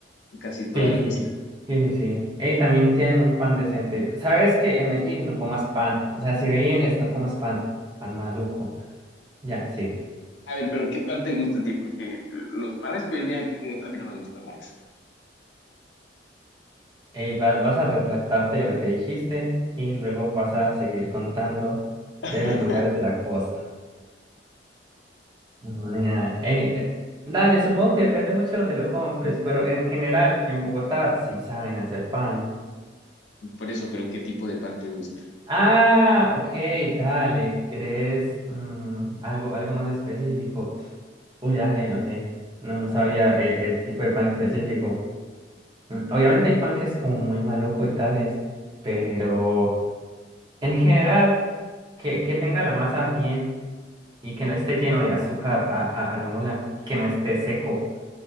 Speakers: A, on the left; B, on the right.
A: en casi toda
B: Sí,
A: la
B: sí,
A: costa.
B: sí, sí, sí. Y también tienen un pan decente. ¿Sabes que En Medellín no comas pan. O sea, si vienes, no comas pan. Pan maluco. Ya, sigue.
A: A ver, pero ¿qué pan te gusta a ti? Porque los panes que venden aquí en Bogotá a mí no me gustan mucho.
B: Ey, va- vas a retractarte de lo que dijiste y luego vas a seguir contando
A: <laughs>
B: de los lugares de la costa. No, nena. Ey, eh, dale, supongo que depende mucho de donde lo compres, pero en general, en Bogotá sí saben hacer pan.
A: Por eso, pero ¿qué tipo de pan te gusta?
B: Ah, ok, dale. ¿Querés mm, algo, algo más específico? Uy, dale, no sé. No, no sabría eh, el tipo de pan específico. Mm, Obviamente hay pan que es como muy maluco y tales, pero en general, que, que tenga la masa bien y que no esté lleno de azúcar a, a, a lo mola, que no esté seco,